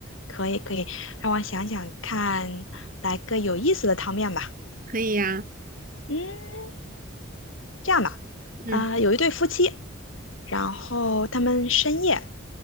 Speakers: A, on the left; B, on the right.
A: 可以可以，让我想想看，来个有意思的汤面吧。
B: 可以呀，
A: 嗯，这样吧，
B: 嗯
A: 啊、有一对夫妻，然后他们深夜，